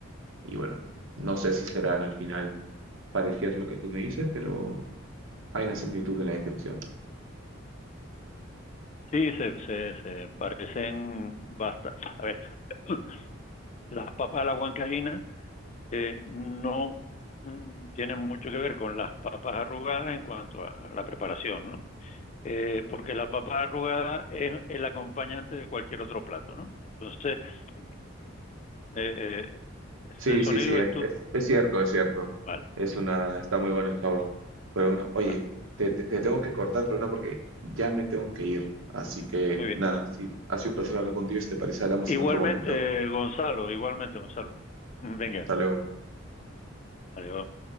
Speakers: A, on the right; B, on the left.
A: Y bueno, no sé si serán al final parecidas a lo que tú me dices, pero hay una similitud en la descripción.
B: Sí, se, se, se parecen bastante. A ver, <clears throat> las papas a la huancaína eh, no mm, tienen mucho que ver con las papas arrugadas en cuanto a, a la preparación, ¿no? Eh, porque la papa arrugada es el acompañante de cualquier otro plato, ¿no? Entonces, eh, eh, ese
A: Sí, sí,
B: sonido
A: sí, es,
B: es tu...
A: es- es cierto, es cierto.
B: Vale,
A: Es una, está muy bueno el sabor. Pero bueno, oye,
B: vale,
A: te, te- te tengo que cortar, pero no porque ya me tengo que ir. Así que
B: muy bien.
A: nada, sí, ha sido un placer hablar contigo y si te parece, hablamos
B: Igualmente,
A: en otro momento.
B: Gonzalo, igualmente, Gonzalo. Venga,
A: Hasta luego.
B: adiós.